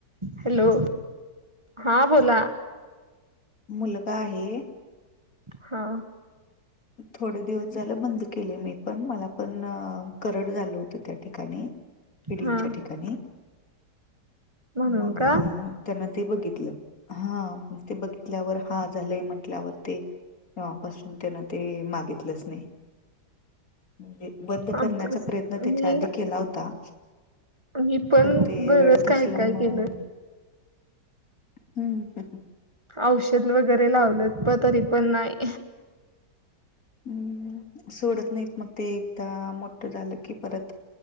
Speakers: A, on the right; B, on the left.
A: हॅलो हा बोला.
B: मुलगा आहे
A: हा
B: थोडे दिवस झालं बंद केले मी पण मला पण करड झालं होत त्या ठिकाणी. फिडिंगच्या
A: हा
B: ठिकाणी
A: म्हणून
B: मग
A: का
B: त्यांनं ते बघितलं हा ते बघितल्यावर हा झालंय म्हटल्यावर ते तेव्हापासून त्यांने ते मागितलंच नाही. म्हणजे बंद
A: आमचं
B: करण्याचा
A: कस
B: प्रयत्न त्याच्या
A: मी
B: आधी केला होता
A: मी
B: पण ते
A: बरंच
B: रडत
A: काय
B: असल्या
A: काय
B: म आम
A: केलं
B: हम्म.
A: औषध वगैरे लावलंत प तरी पण नाय.
B: हम्म सोडत नाहीत मग ते एकदा मोठ झालं की परत